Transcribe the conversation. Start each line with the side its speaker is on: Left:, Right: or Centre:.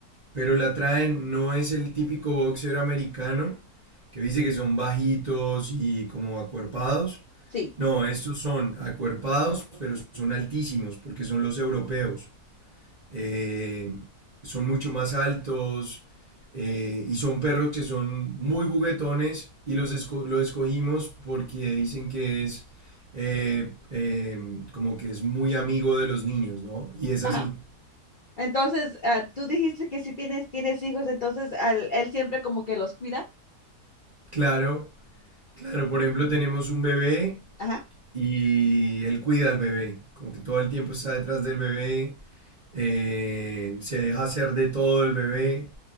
Right: pero la traen, no es el típico boxer americano que dice que son bajitos y como acuerpados.
Left: sí.
Right: No, estos son acuerpados, pero son altísimos porque son los europeos. Eh, son mucho más altos eh, y son perros que son muy juguetones y los, esco- los escogimos porque dicen que es eh, eh, como que es muy amigo de los niños, ¿no? Y es
Left: Ajá.
Right: así.
Left: Entonces, ah, tú dijiste que sí tienes, tienes hijos, entonces al- él siempre como que los cuida.
Right: Claro, Claro, por ejemplo, tenemos un bebé
Left: Ajá,
Right: y él cuida al bebé, como que todo el tiempo está detrás del bebé, eh, se deja hacer de todo el bebé,